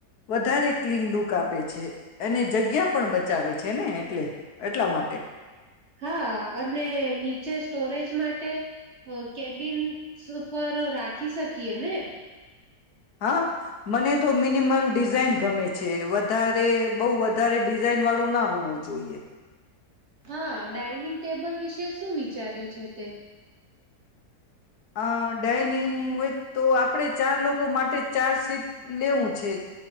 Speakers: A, on the left (about 70°); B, on the right (about 50°).
A: વધારે ક્લીન લુક આપે છે. પ છે. અને જગ્યા પણ બચ. બચાવે છે ને એટલે. એટલા માટે
B: હા અને નીચે સ્ટોરેજ માટે. કેબિન્સ ઉપર રાખી શકીએ ને.
A: હા મને તો મિનિમલ ડિઝઇન. ગમે છે વધારે બહ વધારે ડિઝઇન વાળું ના હોવું જોઈએ.
B: હા ડઇનિંગ ટેબલ વિશે શું વિચાર્યું છે તે.
A: અ ડઇનિંગ વિચ તો આપણે ચાર લોકો. માટે ચાર સીટ. લેવું છે